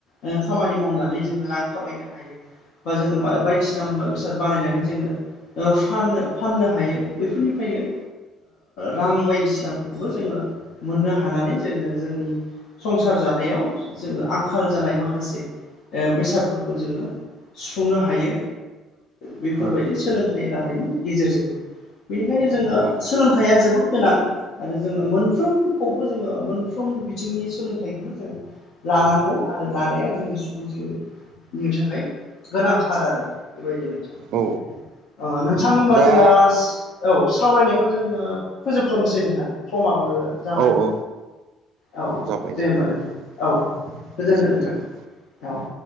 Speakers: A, on the left (about 80°); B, on the right (about 70°).
A: ओ खामानि मावनानै जोङो रां खामायनो हायो बा जोङो बायदिसिना मुवा बेसाद बानायनानै जोङो फाननो फाननो हायो बैफोरनिफ्रायनो रां बायदिसिनाफोरखौबो जोङो मोननो हानानै जोङो जोंनि संसार जानायाव जोङो आंखाल जानाय माखासे बेसादफोरखौ जोङो सुफुंनो हायो बेफोरबायदि
B: औ
A: सोलोंथाइ लानायनि गेजेरजोंबो बेनिखायनो जोङो
B: औ
A: सोलोंथाइया जोबोद गोनां आरो जोङो मोनफ्रोमखौबो जोङो मोनफ्रोम बिथिंनि सोलोंथाइखौनो जोङो लानांगौ आरो लानाया जोंनि सुबुंनि थाखाय गोनांथार आरो बेबायदि नोंथां
B: औ
A: नोंथां होनबा
B: दा
A: जोङो औ सावरायनायखौ जोङो फोजोबथ'नोसै नोंथां समाबो जाबाय
B: औ औ
A: औ
B: जाबाय
A: दे
B: जाबाय
A: होनोमबा नोंथां औ
B: दे
A: गोजोन्थों
B: गोजोननाय
A: नोंथां
B: थाबाय
A: औ